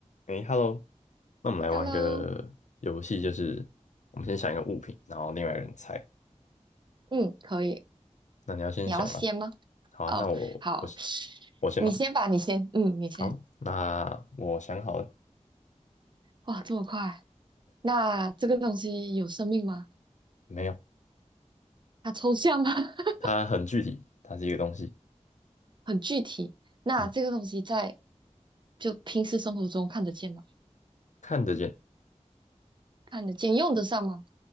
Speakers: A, on the left; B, on the right.
A: 诶 h e l l o 那我们来玩个游戏，
B: Hello，
A: 就是我们先想一个物品，然后另外一个人猜。
B: 嗯，可以。
A: 那你要先想啊，
B: 你要先吗？
A: 好啊，
B: 哦，
A: 那我我先
B: 好，
A: 我先吧。
B: 你先吧，你先，嗯，你先。
A: 好，那我想好了，
B: 哇，这么快？那这个东西有生命吗？
A: 没有，
B: 它抽象吗？<laughs>
A: 它很具体，它是一个东西，
B: 很具体。那这个东西在
A: 嗯，
B: 就平时生活中看得见吗？
A: 看得见，
B: 看得见，用得上吗？